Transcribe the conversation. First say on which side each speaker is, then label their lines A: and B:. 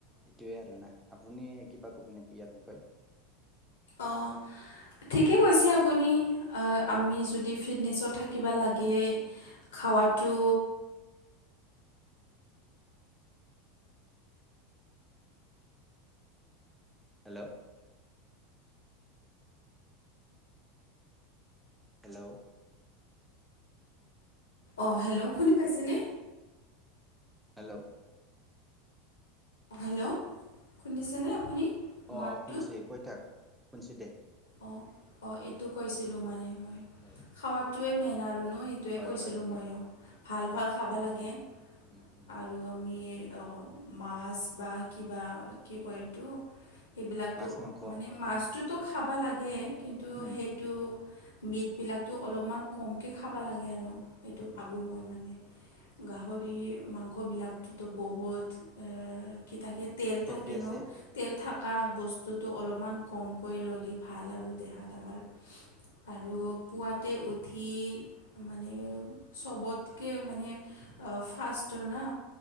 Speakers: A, in the centre; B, on the left.
A: এইটোৱে আৰু না আপুনি কিবা ক'ব নেকি ইয়াৰ বিষয়ে?
B: অঁ, ঠিকে কৈছে আপুনি, আমি যদি ফিটনেছত থাকিব লাগে, খাৱটো
A: হেল্ল', হেল্ল',
B: অঁ হেল্ল' শুনি পাইছেনে?
A: হেল্ল',
B: অঁ হেল্ল' শুনিছেনে আপুনি?
A: অঁ
B: মাতটো
A: শুনিছোঁ কৈ থাক শুনিছোঁ দে।
B: অঁ অঁ এইটো কৈছিলোঁ মানে মই
A: হয়
B: খোৱাটোৱে মেইন আৰু। নো সেইটোৱে
A: হয়
B: কৈছিলোঁ,
A: হয় উম
B: ময়ো ভাল
A: উম
B: ভাল খাব লাগে
A: উম উম
B: আৰু আমি মাছ বা কিবা কি কয় এইটো সেইবিলাকতো,
A: মাছ মাংস
B: মানে মাছটোতো ল কিন্তু
A: উম
B: সেইটো বিটবিলাকতটো অলপমান কমকে খাব লাগে আৰু।
A: উম
B: এইটো <unintelligible>
A: উম উম উম
B: গাহৰি মাংস ইবিলাকতো বহুত এ ক তাক তেল
A: চৰ্বি
B: থাকে
A: আছে
B: ন? তেল
A: উম
B: থকা
A: উম
B: বস্তুটো অলপমান কমকৈ ল'লো। ভাল আৰু দেহাত
A: উম
B: আমাৰ। আৰু পুৱাতে উঠি মানে চবতকে মানে ফা্ষষ্টটৰ না।